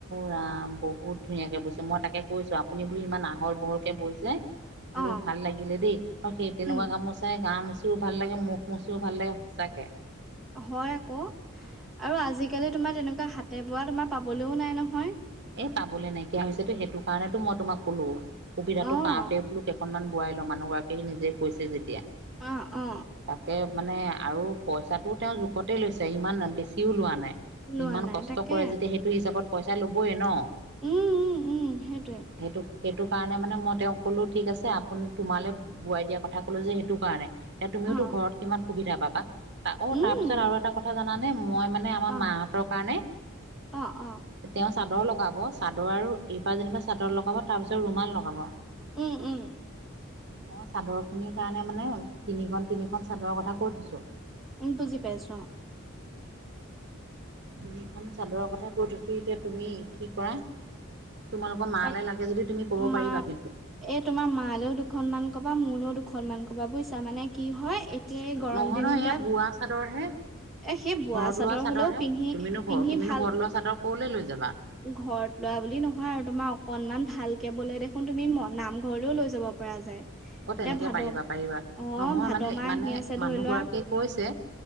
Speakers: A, on the right; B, in the centre.
A: ৰাম বহুত ধুনীয়াকে বস্তু মই তাকে কৈছো আপুনি বুলো ইমান আহল বহলকে বহিছে।
B: অ',
A: মোক ভাল লাগিলে দেই, আৰু সেই তেনেকুৱা
B: উম,
A: গামোচাই গা মু চিও ভাল লাগে মুখ মচিও ভাল লাগে সচাকে।
B: হয় আকৌ আৰু আজিকালি তোমাৰ তেনেকুৱা হাতে বোৱা তোমাৰ পাবলৈও নাই নহয়।
A: পাবলৈ নাইকিয়া হৈছে তো সেইটো কাৰণেতো মই তোমাক ক'লো, সুবিধাতটো
B: অ',
A: পাওতে বোলো কেইখনমান বোৱাই লও মানুহগৰাকীয়ে আহি নিজেই কৈছে যেতিয়া।
B: অ-অ।
A: তাকে মানে আৰু পইচাটো তেও জোখতে লৈছে ইমান বেছিও লোৱা নাই।
B: লোৱা
A: ইমান
B: নাই
A: কষ্ট
B: তাকে।
A: কৰে যেতিয়া সেইটো হিচাপত পইচা লবয়ে ন?
B: উম - উম - উম সেইটোৱে।
A: সেইটো সেইটো কাৰণে মানে মই তেওক কলো ঠিক আছে আপুনি তোমালৈ বোৱাই দিয়াৰ কথা কলো যে, সেইটো কাৰণে। এতিয়া তুমিওটো
B: অ',
A: ঘৰত কিমান সুবিধা পাবা অ,
B: উম,
A: তাৰ পিছত আৰু এটা কথা জানে মই মানে আমাৰ
B: অ',
A: মাহতৰ কাৰণে
B: অ', অ',
A: তেওঁ চাদৰ লগাব চাদৰ আৰু এইবাৰ যেনিবা চাদৰ লগাব তাৰ পিছত ৰুমাল লগাব।
B: উম - উম।
A: মই চাদৰ খিনিৰ কাৰণে মানে তিনিখন তিনিখন চাদৰৰ কথা কৈ থৈছো।
B: উম, বুজি পাইছো অ
A: তিনিখন চাদৰৰ কথা কৈ থৈছো এতিয়া তুমি কি কৰা? তোমালোকৰ মালৈ
B: তাক
A: লাগে যদি তুমি ক'ব
B: মা
A: পাৰিবা কিন্তু
B: এই তোমাৰ মালেও দুখন মান কবা মোলৈও দুখন মান ক'ব বুজিছা। মানে কি হয় এতিয়া এই গৰম
A: নহয়
B: দিনকেইটাত
A: - নহয় সেয়া বোৱা চাদৰ হে।
B: এ সেই বোৱা
A: ঘৰত লোৱা চাদৰ
B: হলেও
A: হে
B: পিন্ধি
A: তুমিনো
B: পিন্ধি
A: ঘ তুমিনো
B: ভাল
A: ঘৰত লোৱা চাদৰ কলৈ লৈ যাবা?
B: ঘৰত লোৱা বুলি নহয় আৰু তোমাৰ অকনমান ভালকে বোলে দেখোন তুমি নামঘৰলেও লৈ যাব পৰা যায়।
A: অ, তেনেকে
B: এতিয়া ভাদ
A: পাৰিবা - পাৰিবা
B: অ
A: নহয়
B: ভাদ
A: মানে
B: মাহ
A: মানে
B: আহি আছে
A: মানুহ
B: ধৰি লোৱা
A: গৰাকীয়ে কৈছে